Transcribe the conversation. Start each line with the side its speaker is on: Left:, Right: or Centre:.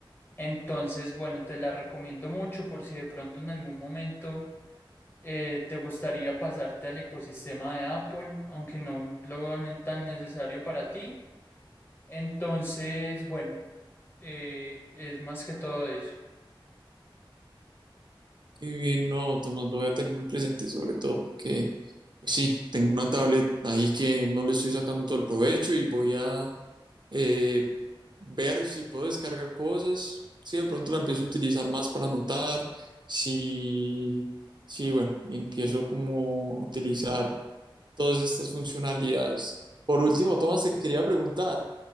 Left: Entonces, bueno, te la recomiendo mucho por si de pronto en algún momento eh, te gustaría pasarte al ecosistema de Apple, aunque no lo veo ne- tan necesario para ti. Entonces, bueno, eh, es más que todo eso.
Right: Qué bien, no, Tomás, lo voy a tener muy presente, sobre todo porque pues sí, tengo una tablet ahí que no le estoy sacando todo el provecho y voy a eh, ver si puedo descargar cosas, si de pronto la empiezo a utilizar más para anotar, si, si bueno, empiezo como a utilizar todas estas funcionalidades. Por último, Tomás, te quería preguntar,